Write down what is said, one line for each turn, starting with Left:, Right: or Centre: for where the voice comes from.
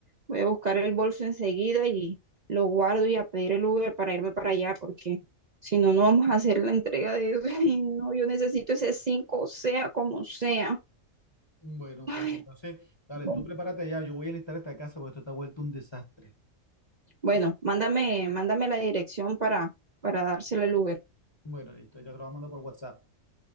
Right: Voy a buscar el bolso enseguida y lo guardo y a pedir el Uber para irme para allá, porque si no, no vamos a hacer la entrega de eso. <laughs> Ay, no, yo necesito ese 5 sea como sea.
Left: Bueno,
Right: Ay,
Left: pues entonces, dale,
Right: no.
Left: tú prepárate ya, yo voy a listar esta casa porque esto está vuelto un desastre.
Right: Bueno, mándame, mándame la dirección para, para dársela el Uber.
Left: Bueno, listo, ya te lo voy a mandar por WhatsApp.